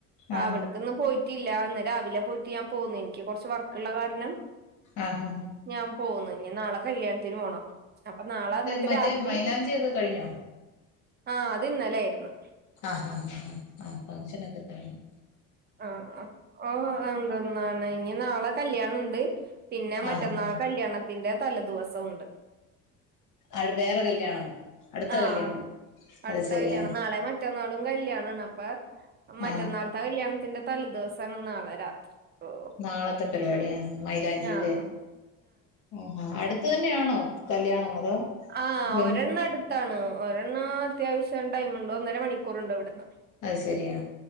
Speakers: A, on the left; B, on the right.
A: ആഹ്
B: അവിടെ ഇന്ന് പോയിട്ടില്ല ഇന്ന് രാവിലെ പോയിട്ട് ഞാൻ പോന്നു എനിക്ക് കൊറച്ച് വർക്ക്ള്ള കാരണം.
A: ആഹ് അഹ്
B: ഞാൻ പോന്നു ഇനി നാളെ കല്യാണത്തിന് പോണം അപ്പൊ നാളെ വന്നിട്ട്
A: മറ്റേ
B: രാത്രി.
A: മൈലാഞ്ചിയൊക്കെ കഴിഞ്ഞോ
B: ആഹ് അത് ഇന്നലെ ആയിരുന്നു.
A: ആഹ് ആഹ് ആ ഹ് ആഹ് ഫങ്ഷനൊക്കെ കഴിഞ്ഞു.
B: ആഹ് ഓ എന്തൊന്നാണ് ഇനി നാളെ കല്യാണണ്ട്. പിന്നെ മറ്റന്നാൾ
A: ആഹ്
B: കല്യാണത്തിന്റെ തല ദിവസോണ്ട്.
A: അഹ് വേറെ കല്യാണം അടുത്ത
B: ആഹ്
A: കല്യാണം അത്
B: അടുത്ത
A: ശരിയാ.
B: കല്യാണം നാളെ മറ്റന്നാളും കല്യാണണ് അപ്പ മറ്റന്നാളത്തെ
A: ആഹ്
B: കല്യാണത്തിന്റെ തല ദിവസണ് നാളെ രാത്രി. ഓ
A: നാളത്തെ പരിപാടിയാണ് മൈലാഞ്ചിയിലെ.
B: ആഹ്
A: ആഹ് അടുത് തന്നെയാണോ കല്യാണം അതോ.
B: ആഹ്
A: ബ
B: ഒരെണ്ണം അടുത്താണ് ഒരെണ്ണം അത്യാവശ്യം ടൈമുണ്ട് ഒന്നര മണിക്കൂറ്ണ്ട് ഇവിടുന്ന്.
A: അത് ശരിയാ